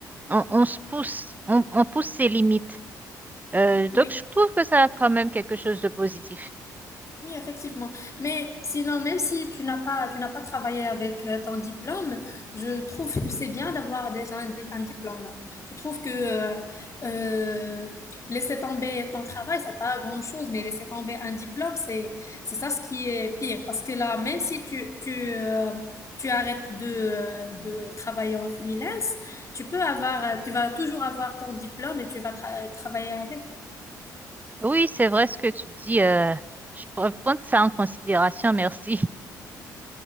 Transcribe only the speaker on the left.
Oui.
Oui, effectivement. Mais sinon, même si tu n'as pas, tu n'as pas travaillé avec euh, ton diplôme, je trouve que c'est bien d'avoir déjà un, di- un diplôme là. Je trouve que euh, euh, laisser tomber ton travail, c'est pas grand-chose, mais laisser tomber un diplôme, c'est c'est ça ce qui est pire. Parce que là, même si tu tu euh, tu arrêtes de euh, de travailler en freelance, tu peux avoir, euh, tu vas toujours avoir ton diplôme et tu vas tra- travailler avec.